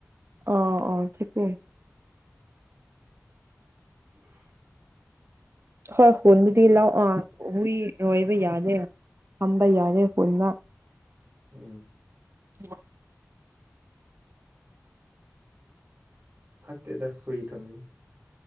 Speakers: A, on the right; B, on the right.
A: ꯑꯣ ꯑꯣ ꯊꯦ <unintelligible>
B: <unintelligible>
A: ꯑꯈꯣꯏ ꯈꯨꯟꯗꯗꯤ
B: ꯍꯨꯏ
A: ꯂꯧ ꯑꯥ ꯍꯨꯏ ꯔꯣꯏꯕ ꯌꯥꯗꯦ ꯊꯝꯕ ꯌꯥꯗꯦ ꯈꯨꯟꯗ
B: ꯎꯝ
A: <unintelligible>
B: ꯐꯠꯇꯦꯗ ꯍꯨꯏ ꯊꯝꯕꯖꯦ